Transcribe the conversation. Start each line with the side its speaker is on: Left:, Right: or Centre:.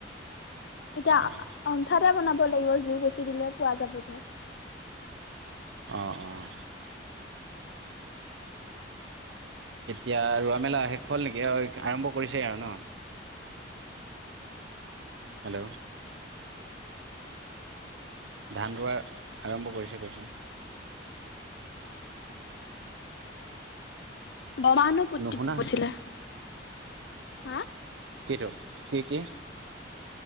Left: এতিয়া
Right: অঁ
Left: অন্ঠাতে বনাব লাগিব জুই বেছি দিলে পোৱা যাব ঘৰ
Right: অঁ অঁ এতিয়া ৰোৱা মেলা শেষ হ'ল নেকি আৰম্ভ কৰিছেই আৰু ন হেল্ল' ধান ৰোৱা আৰম্ভ কৰিছে কৈছ।
Left: বামাহহ পতছিলা
Right: নুশুনা হৈছে
Left: হা
Right: কিটো কি কি